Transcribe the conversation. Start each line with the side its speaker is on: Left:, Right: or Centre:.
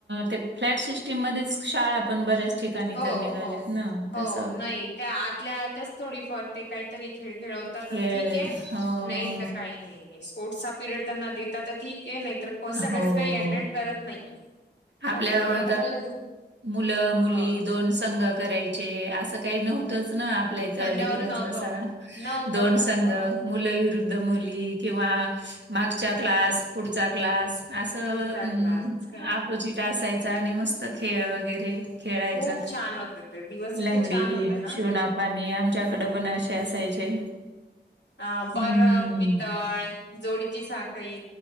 Right: ते फ्लॅट शिष्टीम- टिम मध्येच शाळा पण बऱ्याच ठिकाणी
Left: हो
Right: तर निघाल्यात
Left: हो
Right: ना
Left: हो
Right: तसं-
Left: नाही त्या आतल्या आतच थोडीफार ते काहीतरी खेळ खेळवतात
Right: खेळ
Left: ठीक आहे
Right: हो.
Left: नाही तर काही. नाही नाही स्पोर्ट्सचा पिरियड त्यांना देता तर ठीक आहे नाही तर- हो
Right: आ
Left: सगळंच
Right: हो.
Left: काही अटेन्ड करत नाही
Right: आपल्या
Left: अस काळ- बदलला
Right: मुलं मुली
Left: ह
Right: दोन संघ करायचे असं काही नव्हतंच ना आपल्या इथं डिफरन्स
Left: नव्हत नव्हतं
Right: तसा
Left: नव्हतं
Right: दोन
Left: नव्हतं
Right: संघ- मुलं विरुद्ध मुली किंवा मागचा क्लास पुढचा क्लास. असं
Left: पुढचा क्लास
Right: अपोजिट असायचं आणि मस्त खेळ वगैरे- खेळायचा
Left: खूप छान होत ते दिवस इतके
Right: लंगडी
Left: छान होते ना
Right: शिवणा- पाणी, आमच्याकडे पण असे असायचे.
Left: अ..
Right: हम्म.
Left: बरफ, वितळ जोडीची साखळी.